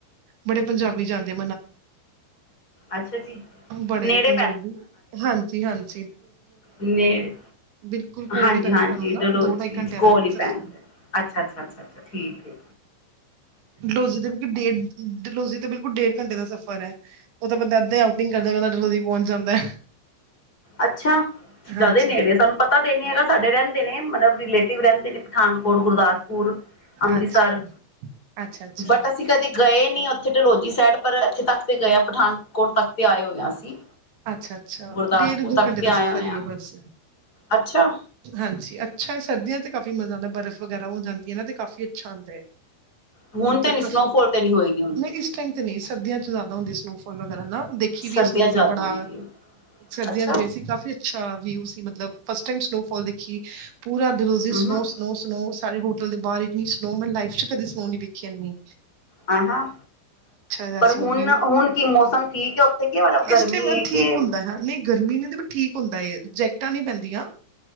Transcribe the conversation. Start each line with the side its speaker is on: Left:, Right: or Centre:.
Right: ਬੜੇ ਪੰਜਾਬੀ ਜਾਂਦੇ
Left: ਅੱਛਾ ਜੀ
Right: ਬੜੇ
Left: ਨੇੜੇ
Right: ਪੰਜਾਬੀ, ਹਾਂਜੀ-ਹਾਂਜੀ
Left: ਨੇੜ
Right: ਬਿਲਕੁਲ ਕੋਲ
Left: ਹਾਂਜੀ-ਹਾਂਜੀ,
Right: ਹੀ ਪੈਂਦਾ ਸਾਨੂੰ ਨਾ
Left: ਡਲਹੋਜ਼ੀ
Right: ਦੋ ਢਾਈ ਘੰਟਿਆਂ
Left: ਕੋਲ
Right: ਦਾ
Left: ਈ
Right: ਸਫ਼ਰ
Left: ਪੈਂਦਾ, ਅੱਛਾ-ਅੱਛਾ ਠੀਕ ਹੈ।
Right: ਡਲੋਹਜ਼ੀ ਦੇ ਬਿਲਕੁਲ, ਡੇਢ ਡਲੋਹਜ਼ੀ ਤੇ ਬਿਲਕੁਲ ਡੇਢ ਘੰਟੇ ਦਾ ਸਫ਼ਰ ਉਹ ਤਾਂ ਬੰਦਾ ਏਦਾਂ ਹੀ, ਆਉਟਿੰਗ ਕਰਦਾ ਕਰਦਾ ਡਲੋਹਜ਼ੀ ਪਹੁੰਚ ਜਾਂਦਾ
Left: ਅੱਛਾ ਜ਼ਿਆਦੇ
Right: ਹਾਂਜੀ
Left: ਨੇੜੇ ਸਾਨੂੰ ਪਤਾ ਤੇ ਨੀ ਹੈਗਾ, ਸਾਡੇ ਰਹਿੰਦੇ ਨੇ ਮਤਲਬ ਰਿਲੇਟਿਵ ਰਹਿੰਦੇ ਨੇ, ਪਠਾਨਕੋਟ ਗੁਰਦਾਸ ਅੰਮ੍ਰਿਤਸਰ
Right: ਅੱਛਾ ਅੱਛਾ ਅੱਛਾ
Left: ਬਟ ਅਸੀਂ ਕਦੇ ਗਏ ਨੀ ਇਥੇ ਡਲੋਹਜ਼ੀ ਜੀ ਸਾਈਡ ਪਰ ਇੱਥੇ ਤੱਕ ਤੇ ਗਏ, ਪਠਾਨਕੋਟ ਤੱਕ ਤੇ ਆਏ ਹੋਏ ਆ ਅਸੀਂ
Right: ਅੱਛਾ-ਅੱਛਾ,
Left: ਗੁਰਦਾਸਪੁਰ
Right: ਡੇਢ ਦੋ
Left: ਤੱਕ
Right: ਘੰਟੇ
Left: ਤੇ
Right: ਦਾ
Left: ਆਏ
Right: ਸਫ਼ਰ
Left: ਹੋਏ
Right: ਹੀ
Left: ਆ
Right: ਹੈ ਬਸ
Left: ਅੱਛਾ
Right: ਹਾਂਜੀ ਅੱਛਾ ਹੈ ਸਰਦੀਆਂ ਤੇ ਕਾਫੀ ਮਜ਼ਾ ਆਉਂਦਾ ਬਰਫ਼ ਵਗੈਰਾ ਹੋ ਜਾਂਦੀ ਹੈ ਨਾ ਤੇ, ਕਾਫ਼ੀ ਅੱਛਾ ਆਉਂਦਾ ਹੈ
Left: ਹੁਣ
Right: ਮਤਲਬ
Left: ਤੇ ਨੀ
Right: ਕਾਫੀ
Left: ਸਨੋਫਾਲ ਤੇ ਨਹੀਂ ਹੋਏਗੀ ਹੁਣ
Right: ਨਹੀਂ ਇਸ ਟਾਈਮ ਨਹੀਂ ਸਰਦੀਆਂ ਚ ਜ਼ਿਆਦਾ ਹੁੰਦੀ ਸਨੋਫਾਲ ਨਾ ਦੇਖੀ
Left: ਸਰਦੀਆਂ
Right: ਵੀ ਹੈ ਸਨੋਫਾਲ
Left: ਜ਼ਿਆਦਾ
Right: ਬੜਾ
Left: ਹੁੰਦੀ ਹੈ
Right: ਸਰਦੀਆਂ
Left: ਅੱਛਾ
Right: ਚ ਗਈ ਸੀ ਕਾਫ਼ੀ ਅੱਛਾ ਵਿਊ ਸੀ ਮਤਲਬ ਫਸਟ ਟਾਈਮ ਸਨੋਅਫਾਲ ਦੇਖੀ, ਪੂਰਾ ਦਿਲ ਸੀ
Left: ਹੂੰ-ਹੂੰ
Right: ਸਨੋਅ, ਸਨੋਅ, ਸਨੋਅ, ਸ ਸਾਡੇ ਹੋਟਲ ਦੇ ਬਾਹਰ ਇਹਨੀ ਸਨੋਅ ਮੈਂ ਲਾਈਫ ਚ ਕਦੇ ਸਨੋ ਨਹੀਂ ਵੇਖੀ ਇਹਨੀ।
Left: ਆਹ ਹਾਂ।
Right: ਜਿਹਾ
Left: ਪਰ
Right: ਸੀ ਉਹ
Left: ਹੁਣ-ਹੁਣ
Right: ਵਿਊ
Left: ਕੀ ਮੌਸਮ ਠੀਕ ਹੈ ਉੱਥੇ ਕੀ ਮਤਲਬ ਗਰਮੀ
Right: ਇਸ ਟਾਈਮ
Left: ਹੈ
Right: ਠੀਕ
Left: ਕਿ
Right: ਹੁੰਦਾ ਹੈ ਨਹੀਂ ਗਰਮੀ ਨਹੀਂ ਠੀਕ ਹੁੰਦਾ ਏ ਜੈਕਟਾਂ ਨੀ ਪੈਂਦੀਆਂ